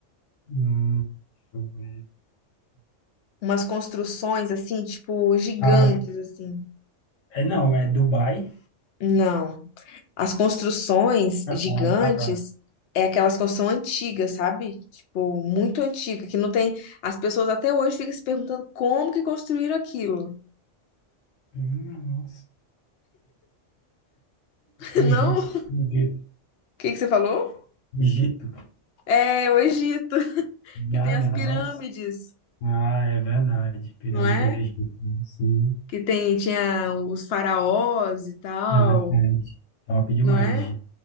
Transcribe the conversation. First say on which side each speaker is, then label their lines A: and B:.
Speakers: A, on the left; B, on the left.
A: Hum, deixa eu ver.
B: Umas construções assim, tipo, gigantes,
A: Ah,
B: assim.
A: é, não, é Dubai.
B: Não. As construções
A: Catar,
B: gigantes
A: no Catar.
B: é aquelas construções antigas, sabe? Tipo, muito antiga, que não tem. As pessoas até hoje ficam se perguntando como que construíram aquilo.
A: Hum, nossa.
B: <laughs>
A: Egito,
B: Não? O
A: Egito,
B: que que você falou?
A: Egito.
B: É, o Egito, que
A: Ah,
B: tem as
A: nossa.
B: pirâmides,
A: Ah, é verdade. Pirâmide
B: não é?
A: do Egito. né? Sim,
B: Que tem, tinha os faraós e tal,
A: é verdade. Top demais,
B: não é?
A: Egito.